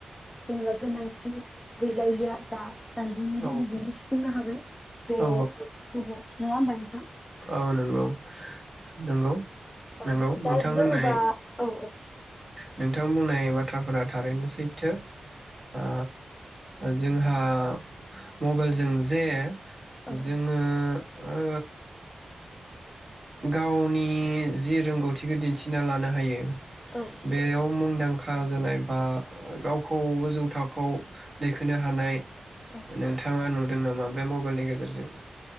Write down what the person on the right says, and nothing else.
औ
औ
औ
औ नंगौ नंगौ नंगौ
नोंथां
होननाय
नोंथां बुंनाय बाथ्रा फोरा थारैनो सैथो। आ जोंहा मबाइलजों जे
जोंङो ओ गावनि जि रोंगौथिखौ दिन्थिना लानो हायो।
बेयाव मुंदां खा जानाय बा गावखौ गोजौ थाखोआव दैखोनो हानाय
नोंथांङा नुदों नामा बे म बेलनि गेजेरजों